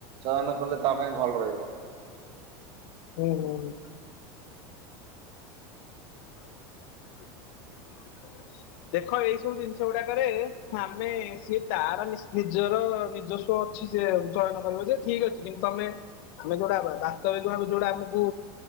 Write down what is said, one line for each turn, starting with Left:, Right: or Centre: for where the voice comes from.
Right: ଚୟନ କଲେ ତା ପାଇଁ ଭଲ ରହିବ।
Left: ହୁଁ ହୁଁ ହୁଁ <unintelligible> ଦେଖ ଏଇ ସବୁ ଜିନିଷ ଗୁଡାକରେ ଆମେ ସିଏ ତାର ନି ନିଜର ନିଜସ୍ୱ ଅଛି‌। ସେ ଚୟନ କରିବ ଯେ ଠିକ୍ ଅଛି କିନ୍ତୁ ତମେ ଯେ ଆମେ ଯୋଉଟା ବା ବାସ୍ତବିକ ଭାବେ ଯୋଉଟା ଆମକୁ